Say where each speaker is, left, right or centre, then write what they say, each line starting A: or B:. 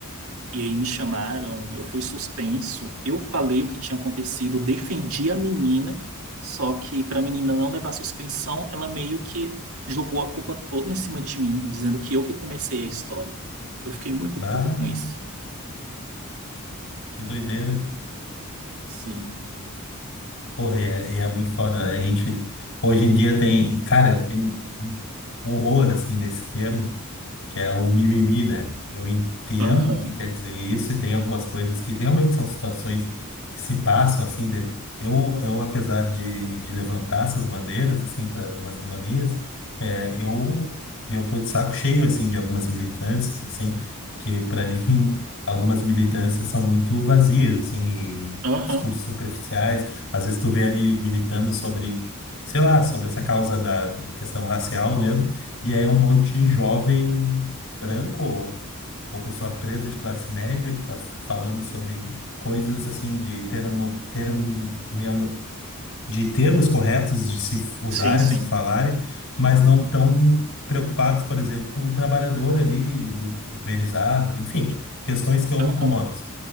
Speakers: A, on the right; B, on the left.
A: E aí me chamaram, eu fui suspenso, eu falei o que tinha acontecido, defendi a menina, só que para a menina não levar suspensão, ela meio que jogou a culpa toda em cima de mim, dizendo que eu que comecei a história. Eu fiquei muito
B: bah,
A: puto com isso.
B: que doideira,
A: Sim.
B: Porra, e é, e é muito foda. né? A gente, hoje em dia tem, cara, tem um horror, assim, desse termo que é o mimimi, né? Eu entendo
A: Aham.
B: o que quer dizer isso e tem algumas coisas que realmente são situações que se passam assim. de- Eu, eu apesar de, de levantar essas bandeiras assim para algumas minorias, é, eu eu tô de saco cheio assim de algumas militâncias assim que para <laughs> mim algumas militâncias são muito vazias assim e
A: Aham.
B: discursos superficiais. Às vezes tu vê ali militando sobre, sei lá, sobre essa causa da da questão racial mesmo e aí um monte de jovem branco ou, ou pessoa preta de classe média que está falando sobre coisas assim de termo, termo, meu- de termos corretos de se usarem,
A: Sim, sim.
B: se falarem, mas não tão preocupados, por exemplo, com o trabalhador ali, o uberizado, enfim, questões que eu
A: Aham.
B: me incomodo. assim.